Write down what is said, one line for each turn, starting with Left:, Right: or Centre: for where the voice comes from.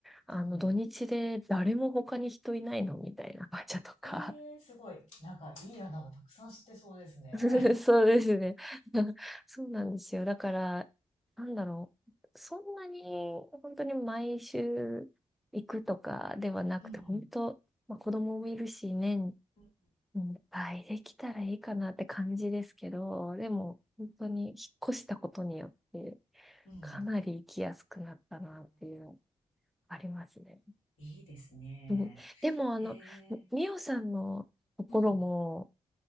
Centre: あの、
Left: うん。
Centre: 土日で誰も他に人いないのみたいな場所とか。
Left: えーすごい。なんかいい穴がたくさん知ってそうですね。
Centre: <laughs> そうですね。<laughs> そうなんですよ。だから、なんだろう。そんなに、本当に毎週行くとかではなくて、
Left: <laughs> うん、
Centre: 本当、まあ、子供もいるし、年
Left: うん、
Centre: いっぱいできたらいいかなって感じですけど、でも、本当に引っ越したことによって、
Left: うん。うん
Centre: かなり行きやすくなったなっていうのありますね。
Left: いいですね。
Centre: うんでも、あの、
Left: へえ、
Centre: みおさんのところも、
Left: うん。